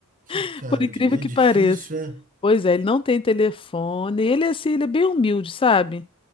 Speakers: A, on the right; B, on the left.
A: Que
B: <laughs>
A: cara
B: por incrível
A: de... É
B: que
A: difícil,
B: pareça.
A: é?
B: Pois é, ele não tem telefone. Ele, é assim, ele é bem humilde, sabe?